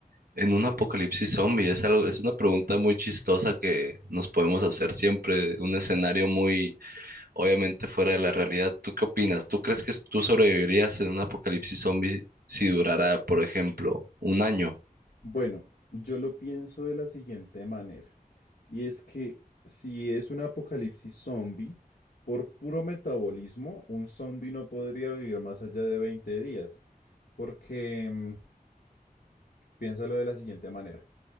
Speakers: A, on the right; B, on the left.
A: en un apocalipsis zombie. Es algo, es una pregunta muy chistosa que nos podemos hacer siempre, un escenario muy obviamente fuera de la realidad. ¿Tú qué opinas? ¿Tú crees que tú sobrevivirías en un apocalipsis zombie si durara, por ejemplo, un año?
B: Bueno, yo lo pienso de la siguiente manera, y es que si es un apocalipsis zombie, por puro metabolismo, un zombie no podría vivir más allá de 20 días, porque mm, piénsalo de la siguiente manera.